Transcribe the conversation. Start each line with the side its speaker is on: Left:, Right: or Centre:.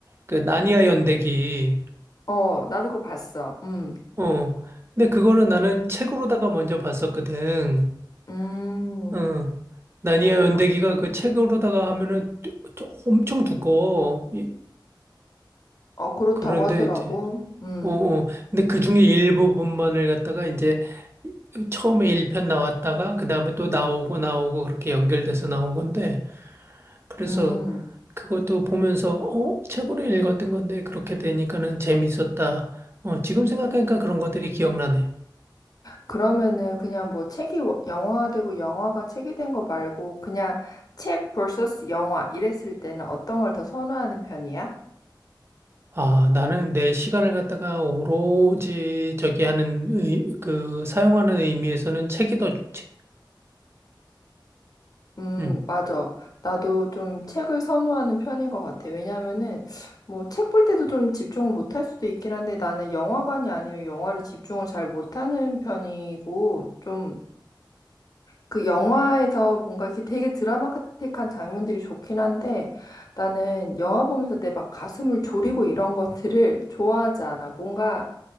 Right: 그 나니아 연대기
Left: 어, 나도 그거 봤어. 음,
Right: 어. 근데 그거는 나는 책으로다가 먼저 봤었거든.
Left: 음,
Right: 어. 나니아 연대기가
Left: 어,
Right: 그 책으로다가 하면은 뚜- 저- 엄청 두꺼워. 이-
Left: 어, 그렇다고
Right: 그런데
Left: 하더라고.
Right: 이제
Left: 음,
Right: 어, 어. 근데 그 중에 일부분만을 갖다가 이제 처음에 1편 나왔다가 그다음에 또 나오고 나오고 그렇게 연결돼서 나온 건데 그래서
Left: 음.
Right: 그것도 보면서 어, 책으로 읽었던 건데 그렇게 되니까는 재밌었다. 어, 지금 생각하니까 그런 것들이 기억나네.
Left: 그러면은 그냥 뭐 책이 워- 영화화되고 영화가 책이 된 거 말고 그냥 책 vs 영화 이랬을 때는 어떤 걸 더 선호하는 편이야?
Right: 아, 나는 내 시간을 갖다가 오로지 저기 하는 의, 그 사용하는 의미에서는 책이 더 좋지.
Left: 음,
Right: 응.
Left: 맞아. 나도 좀 책을 선호하는 편인 것 같아. 왜냐면은, 뭐, 책 볼 때도 좀 집중을 못할 수도 있긴 한데, 나는 영화관이 아니면 영화를 집중을 잘 못하는 편이고, 좀, 그 영화에서 뭔가 이렇게 되게 드라마틱한 장면들이 좋긴 한데 나는 영화 보면서 내 막 가슴을 졸이고 이런 것들을 <laughs> 좋아하지 않아. 뭔가